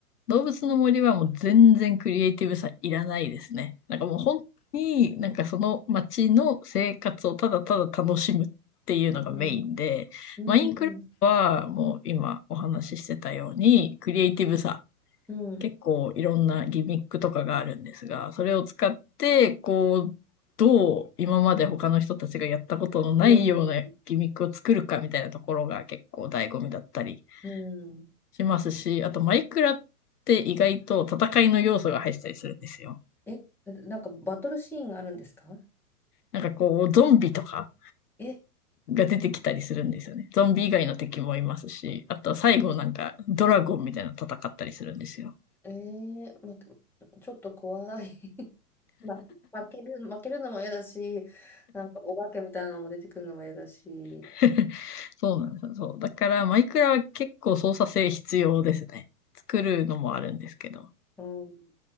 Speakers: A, on the left; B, in the centre.
A: 動物の森はもう全然クリエイティブさいらないですね。なんかもう本当になんかその街の生活をただただ楽しむっていうのがメインで、
B: うん、うん、
A: マインクラフトはもう今お話ししてたようにクリエイティブさ、
B: うん、
A: 結構いろんなギミックとかがあるんですが、それを使ってこう、どう今まで他の人たちがやったことのないようなギミックを作るかみたいなところが結構醍醐味だったり
B: うん、うん。
A: しますし、あとマイクラって意外と戦いの要素が入ったりするんですよ。
B: え、なんかバトルシーンがあるんですか
A: なんかこう、ゾンビとか
B: え、
A: が出てきたりするんですよね。ゾンビ以外の敵もいますし、あとは最後なんかドラゴンみたいなの戦ったりするんですよ。
B: うんえー、ま、ちょっと怖い <laughs> まあ、負ける、負けるのも嫌だし、なんかお化けみたいなのも出てくるのも嫌だし、
A: <laughs> そうなんですよ。そう。だからマイクラは結構操作性必要ですね。作るのもあるんですけど。
B: うん。